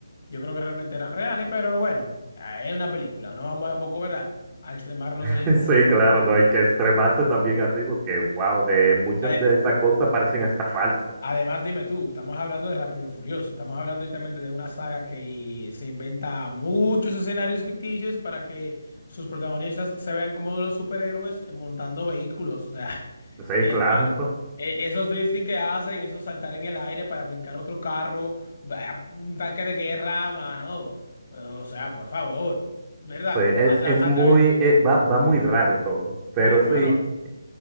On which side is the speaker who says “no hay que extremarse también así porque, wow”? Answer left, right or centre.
Right